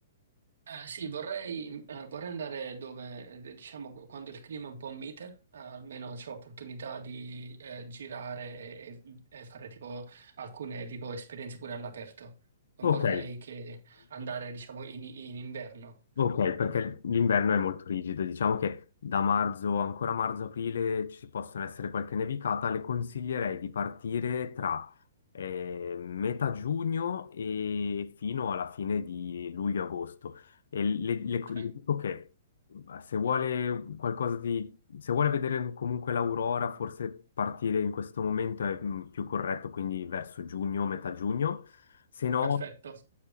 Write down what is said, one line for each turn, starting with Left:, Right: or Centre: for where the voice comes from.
Right: Eh, sì, vorrei, eh, vorrei andare dove, eh, diciamo, quando il clima è un po' mite, eh, almeno c'ho opportunità di eh, girare e, e fare tipo alcune tipo, esperienze pure all'aperto. Non
Left: Ok,
Right: vorrei che andare, diciamo, in, in inverno.
Left: Ok, perché l'inverno è molto rigido, diciamo che da marzo, ancora marzo-aprile ci possono essere qualche nevicata, le consiglierei di partire tra eh, metà giugno e fino alla fine di luglio-agosto. E le, le-
Right: Ok,
Left: le dico che eh, se vuole qualcosa di, se vuole vedere comunque l'aurora, forse partire in questo momento è mm, più corretto, quindi verso giugno, metà giugno, se no,
Right: perfetto.